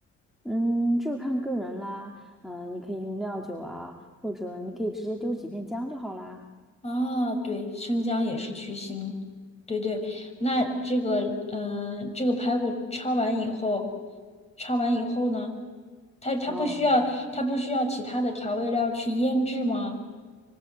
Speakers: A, in the centre; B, on the left.
A: 嗯，这个看个人啦。嗯，你可以用料酒啊，或者你可以直接丢几片姜就好啦。
B: 啊，对，生姜也是去腥。对对，那这个，嗯、这个排骨焯完以后，焯完以后呢，它它不需要它不需要其他的调味料去腌制吗？
A: 哦，